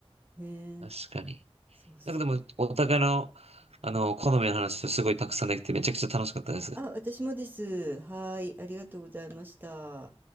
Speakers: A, on the right; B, on the right.
A: ねえ。
B: 確かに。
A: そうそう。
B: なんかでも、お互いの、あの、好みの話をすごいたくさんできてめちゃくちゃ楽しかったです。
A: あ、私もです。はい、ありがとうございました。